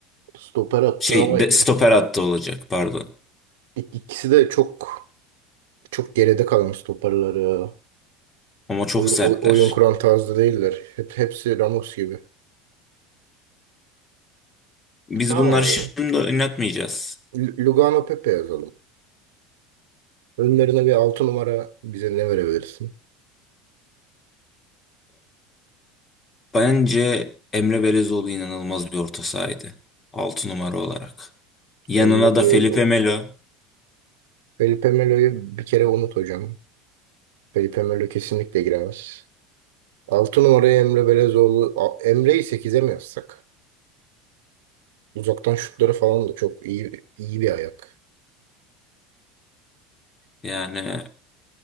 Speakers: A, on the right; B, on the left.
A: Stoper attı
B: Şey
A: ama
B: de,
A: ik-
B: stoper hattı olacak pardon.
A: ikisi de çok çok geride kalan stoperler ya.
B: Ama çok
A: Oyun,
B: sertler.
A: oy- oyun kuran tarzda değiller. Hep, hepsi Ramos gibi.
B: Biz
A: Tamam
B: bunları
A: abi.
B: şimdi oynatmayacağız.
A: L- Lugano Pepe yazalım. Önlerine bir 6 numara bize ne verebilirsin?
B: Bence Emre Belezoğlu inanılmaz bir orta sahaydı. 6 numara olarak. Yanına
A: Emre
B: da
A: Belözoğlu.
B: Felipe Melo.
A: Felipe Melo'yu bir kere unut hocam. Kayıp Emirli kesinlikle giremez. 6 numaraya Emre Belezoğlu. A- Emre'yi sekize mi yazsak? Uzaktan şutları falan da çok iyi iyi bir ayak.
B: Yani